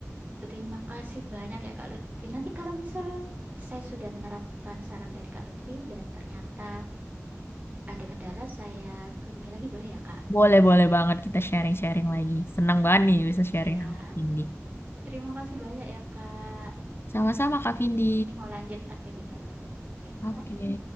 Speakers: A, on the right (about 30°); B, on the left (about 45°).
A: Terima kasih banyak ya Kak Lutfi. Nanti kalau misal saya sudah menerapkan saran dari Kak Lutfi dan ternyata ada kendala, saya hubungi lagi boleh ya Kak?
B: Boleh boleh banget kita sharing-sharing lagi. Senang banget nih bisa sharing
A: Siap.
B: sama Kak Vindi.
A: Terima kasih banyak ya Kak.
B: Sama-sama Kak Vindi.
A: Ini mau lanjut aktivitas dulu. Terima
B: Oke.
A: kasih.